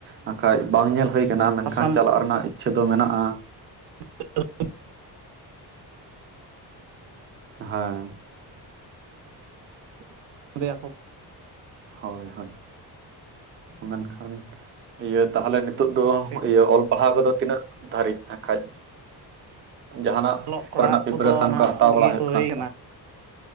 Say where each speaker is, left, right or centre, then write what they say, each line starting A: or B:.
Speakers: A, on the right; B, on the right.
A: ᱦᱟᱸᱜ ᱠᱷᱟᱡ ᱵᱟᱝ ᱧᱮᱞ ᱦᱳᱭ ᱠᱟᱱᱟ ᱢᱮᱱᱠᱷᱟᱱ
B: ᱟᱥᱟᱢ
A: ᱪᱟᱞᱟᱜ ᱨᱮᱱᱟᱜ ᱤᱪᱪᱷᱟᱹ ᱫᱚ ᱢᱮᱱᱟᱜᱼᱟ᱾
B: <unintelligible>
A: ᱦᱮᱸ <inaudible>
B: <unintelligible>
A: ᱦᱳᱭ ᱦᱳᱭ ᱢᱮᱱᱠᱷᱟᱱ ᱤᱭᱟᱹ ᱛᱟᱦᱚᱞᱮ ᱱᱤᱛᱚᱜ ᱫᱚ
B: ᱴᱷᱤᱠ
A: ᱤᱭᱟᱹ ᱚᱞ ᱯᱟᱲᱦᱟᱣ ᱠᱚᱫᱚ ᱛᱤᱱᱟᱹᱜ ᱫᱟᱹᱨᱤᱡ ᱱᱟ ᱠᱷᱟᱡ? ᱡᱟᱦᱟᱸᱱᱟᱜ
B: ᱚᱞᱚᱜ ᱯᱟᱲᱦᱟᱜ
A: ᱠᱚᱨᱮᱱᱟᱜ ᱯᱨᱤᱯᱟᱨᱮᱥᱚᱱ
B: ᱠᱚᱫᱚ ᱱᱟᱦᱟᱜ
A: ᱠᱚ ᱦᱟᱛᱟᱣ
B: ᱵᱟᱹᱜᱤ
A: ᱵᱟᱲᱟ ᱦᱩᱭᱩᱜ
B: ᱠᱚ
A: ᱠᱟᱱᱟ
B: ᱦᱩᱭ
A: ᱥᱮ ᱵᱟᱝ?